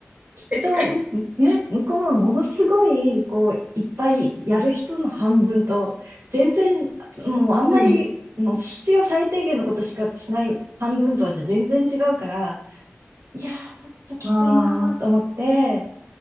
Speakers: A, on the right; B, on the right.
A: きっと、
B: 確かに。
A: ね、向こうはものすごい、こう、いっぱいやる人の半分と、全然、もうあんまり、
B: はい。
A: もう必要最低限のことしかしない半分とはじゃ全然違うから、いやー、ちょっときついなーと思って、
B: ああ、